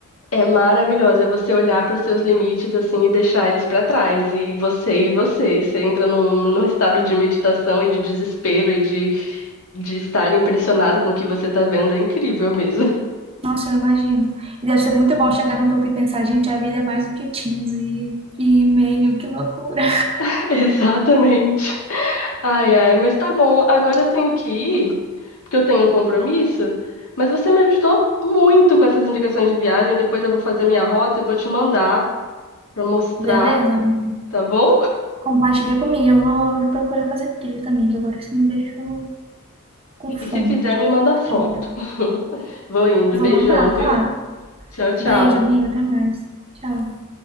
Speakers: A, on the left; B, on the right.
A: é maravilhosa. É você olhar para os seus limites assim e deixar eles para trás. E você e você. Você entra num, num estado de meditação e de desespero e de, de estar impressionado com o que você tá vendo. É incrível mesmo.
B: Nossa, eu imagino. E deve ser muito bom chegar no topo e pensar, gente, a vida é mais do que 15 e meio, que loucura.
A: <laughs> Exatamente. Ai, ai, mas tá bom. Agora eu tenho que ir, porque eu tenho um compromisso. Mas você me ajudou muito com essas indicações de viagem. Depois eu vou fazer minha rota e vou te mandar. para mostrar
B: Beleza, amiga?
A: tá bom?
B: Compartilha comigo. Eu vou procurar fazer trilha também, que agora você me deixou com
A: E
B: fome
A: se fizer,
B: de
A: me manda foto.
B: trilha.
A: <laughs> Vou indo.
B: Vou
A: Beijão,
B: mandar,
A: viu?
B: claro.
A: Tchau, tchau.
B: Beijo, amigo. Até mais. Tchau.